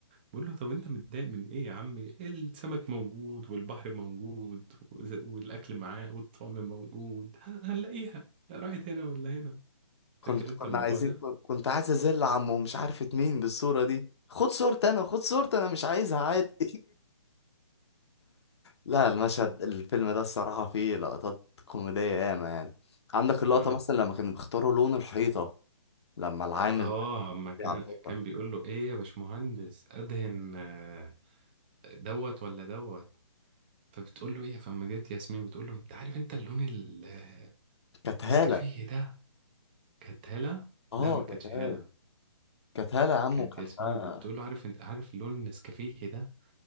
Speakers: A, on the right; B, on the left.
A: بيقول له طب انت متضايق من ايه يا عمي السمك موجود والبحر موجود وز- والاكل معاه والطعم موجود هن- هنلاقيها راحت هنا ولا هنا
B: كنت
A: فاكر انت
B: كنا
A: الموضوع
B: عايزين
A: ده
B: كنت عايز ازل عمه ومش عارفه مين بالصوره دي خد صورتي انا خد صورتي انا مش عايزها عادي لا المشهد الفيلم ده الصراحة فيه لقطات كوميدية ياما يعني عندك اللقطة
A: امم
B: مثلا لما كانوا بيختاروا لون الحيطة لما العامل
A: اه ما كان
B: ده على الحيطة
A: كان بيقول له ايه يا باشمهندس ادهن آه، دوت ولا دوت فبتقول له ايه فما جت ياسمين بتقول له انت عارف انت اللون ال- آه،
B: كانت
A: النسكافيه
B: هالة
A: ده كانت هالة
B: اه
A: لا ما
B: كانت
A: كانتش
B: هالة
A: هالة
B: كانت هالة يا عم
A: كانت
B: وكان
A: ياسمين
B: آه.
A: فبتقول له عارف انت عارف اللون النسكافيه ده